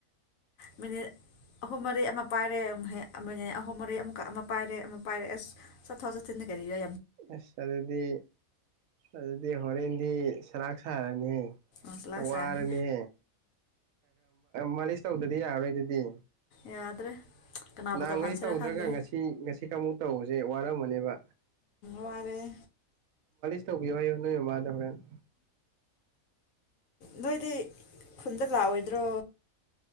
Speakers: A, on the left; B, on the right.
A: ꯃꯤꯅꯤꯠ ꯑꯍꯨꯝ ꯃꯔꯤ ꯑꯃ ꯄꯥꯏꯔꯦ ꯃꯤꯅꯤꯠ ꯑꯍꯨꯝ ꯃꯔꯤ ꯑꯃꯨꯛꯀ ꯑꯃ ꯄꯥꯏꯔꯦ ꯑꯃ ꯄꯥꯏꯔꯦ ꯑꯁ ꯆꯠꯊꯣꯛ ꯆꯠꯊꯤꯟꯗ ꯀꯔꯤ ꯂ
B: ꯑꯁꯥ ꯑꯗꯨꯗꯤ ꯑꯗꯨ ꯍꯣꯔꯦꯟꯗꯤ ꯁꯔꯥꯛ ꯁꯥꯔꯅꯤ
A: ꯑꯁ ꯂꯥꯛ
B: ꯋꯥꯔꯅꯦ
A: ꯆꯥꯅꯤ
B: ꯃꯥꯂꯤꯁ ꯇꯧꯗꯗꯤ ꯌꯥꯔꯣꯏ ꯑꯗꯨꯗꯤ
A: ꯌꯥꯗ꯭ꯔꯦ ꯀꯅꯥꯕꯨ
B: ꯅꯍꯥꯟꯉꯩ
A: ꯇꯧꯍꯟꯁꯤꯔꯥ
B: ꯇꯧꯗ꯭ꯔꯒ
A: ꯈꯪꯗ꯭ꯔꯦ
B: ꯉꯁꯤ ꯉꯁꯤ ꯀꯨꯛ ꯇꯧꯕꯁꯦ ꯋꯥꯔꯝꯃꯅꯦꯕ
A: ꯋꯥꯋꯥꯔꯦ
B: ꯇꯧꯕꯤꯌ ꯍꯥꯏꯨ ꯅꯣꯏ ꯃꯃꯥꯗ ꯍꯣꯔꯦꯟ
A: ꯅꯣꯏꯗꯤ ꯈꯨꯟꯗ ꯂꯥꯛꯑꯣꯏꯗ꯭ꯔꯣ